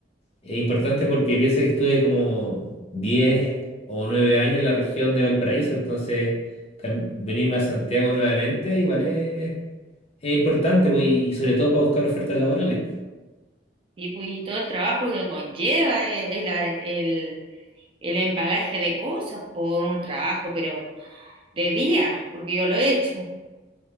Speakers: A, on the left (about 35°); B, on the right (about 30°).
A: Es importante porque piensa que estuve como diez o nueve años en la región de Valparaíso, entonces cam- venirme a Santiago nuevamente igual es, es importante pues, y, y sobre todo para buscar ofertas laborales.
B: Sí, pues, y todo el trabajo que conlleva eh, el, a- el, el embalaje de cosas por un trabajo, pero de día, porque yo lo he hecho.